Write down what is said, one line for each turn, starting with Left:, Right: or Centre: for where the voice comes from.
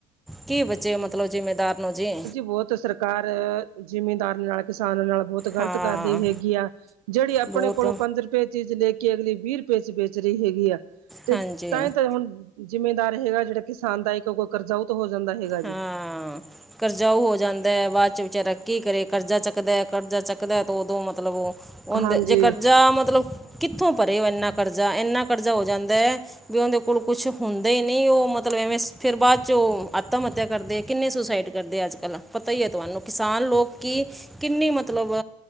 Centre: ਕੀ ਬਚੇ ਮਤਲਬ ਜਿਮੀਂਦਾਰ ਨੂੰ ਜੀ।
Right: ਵੋ ਤੋ ਸਰ ਕਾਰ ਜਿਮੀਦਾਰ ਨਾਲ ਕਿਸਾਨਾਂ ਨਾਲ ਬੌਤ ਤ ਗ਼ਲਤ
Centre: ਹਾਂ
Right: ਕਰ ਰਈ ਹੈਗੀ ਆ, ਜਿਹੜੀ ਅਪਣੇ
Centre: ਬਹੁਤ
Right: ਕੋਲੋਂ ਪੰਜ ਰ ਪੇ ਚੀਜ਼ ਲੇ ਕੇ ਅਗਲੀ ਵੀਹ ਰੁਪਏ ਚ ਬੇਚ ਰਹੀ ਹੈਗੀ ਆ, ਤੇ
Centre: ਹਾਂਜੀ
Right: ਤਾਂਹੀ ਤਾਂ ਹੁਣ ਜਿੰਮੇਦਾਰ ਹੈਗਾ ਜੇੜਾ ਕਿਸਾਨ ਦਾ ਇੱਕ ਕਰਜ਼ਾਊਤ ਹੋ ਜਾਂਦਾ ਹੈਗਾ। ਜੀ।
Centre: ਹਾਂ, ਕਰਜਾਊ ਹੋ ਜਾਂਦੈ, ਬਾਅਦ ਚ ਵੀ ਚਰਾ ਕੀ ਕਰੇ ਕਰਜ਼ਾ ਚੱਕਦੈ, ਕਰਜ਼ਾ ਚੱਕਦੈ ਦੋ ਦੋ ਮਤਲਬ ਔ ਹੁੰਦਾ
Right: ਹਾਂਜੀ
Centre: ਜੇ ਕਰਜ਼ਾ ਮਤਲਬ ਕਿੱਥੋਂ ਭਰੇ ਓਹ ਇੰਨਾ ਕਰਜ਼ਾ, ਏੰਨਾ ਕਰਜ਼ਾ ਹੋ ਜਾਂਦੈ ਬੀ ਓਦੇ ਕੋਲ ਕੁਛ ਹੁੰਦਾ ਹੀ ਨੀ ਓਹ ਮਤਲਬ ਐਵੇਂ ਫਿਰ ਬਾਦ ਚੋ ਆਤਮ-ਹੱਤਿਆ ਕਰਦੇ ਐ, ਕਿੰਨੇ ਸੁਸਾਈਡ ਕਰਦੇ ਅੱਜ-ਕੱਲ, ਪਤਾ ਹੀ ਐ ਤੁਆਨੂੰ, ਕਿਸਾਨ ਲੋਕ ਕੀ ਕਿੰਨੀ ਮਤਲਬ